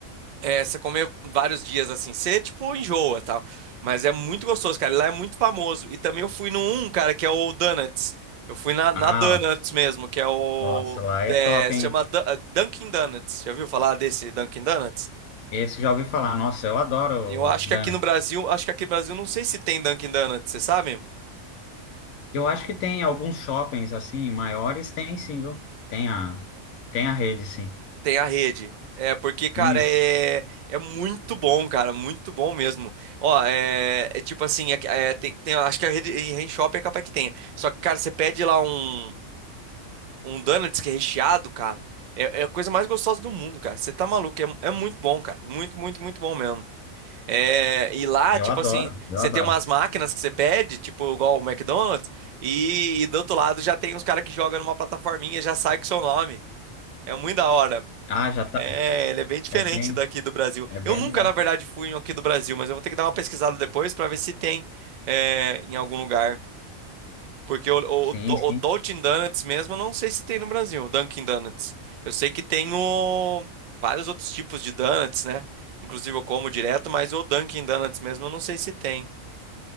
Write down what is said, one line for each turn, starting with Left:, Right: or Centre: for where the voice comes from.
Right: é, você comer vários dias assim, você tipo enjoa tal. Mas é muito gostoso, cara. E Lá é muito famoso. E também eu fui no um, cara, que é o Donuts. Eu fui na,
Left: Ah,
Right: na Donuts mesmo, que é o.
Left: nossa, lá é
Right: é,
Left: top,
Right: se
Left: hein?
Right: chama Du- Dunkin' Donuts. Já ouviu falar desse Dunkin' Donuts?
Left: Esse já ouvi falar. Nossa, eu adoro,
Right: Eu acho
Left: Dani.
Right: que aqui no Brasil, acho que aqui no Brasil não sei se tem Dunkin' Donuts, você sabe?
Left: Eu acho que tem alguns shoppings assim maiores, tem sim, viu? Tem a tem a rede, sim.
Right: Tem a rede. É, porque, cara,
Left: E
Right: é, é muito bom, cara, muito bom mesmo. Ó, é, é tipo assim, é, é, tem, tem- acho que a rede em Rain Shop é capaz que tenha. Só que, cara, você pede lá um, um donuts que é recheado, cara, é, é a coisa mais gostosa do mundo, cara. Você tá maluco, é, é muito bom, cara, muito, muito, muito bom mesmo. É, e lá,
Left: eu
Right: tipo
Left: adoro,
Right: assim,
Left: eu
Right: você
Left: adoro.
Right: tem umas máquinas que você pede, tipo igual o McDonald's, e, e do outro lado já tem uns caras que jogam numa plataforminha, já sai com o seu nome. É muito da hora.
Left: Ah, já tá.
Right: É, ele é bem diferente
Left: É bem,
Right: daqui do Brasil.
Left: é bem
Right: Eu nunca,
Left: legal.
Right: na verdade, fui em aqui do Brasil, mas eu vou ter que dar uma pesquisada depois para ver se tem é, em algum lugar. Porque o,
Left: Sim,
Right: o, do-
Left: sim.
Right: o Dunkin' Donuts mesmo, eu não sei se tem no Brasil, o Dunkin' Donuts. Eu sei que tem o, vários outros tipos de donuts, né? Inclusive eu como direto, mas o Dunkin' Donuts mesmo, eu não sei se tem.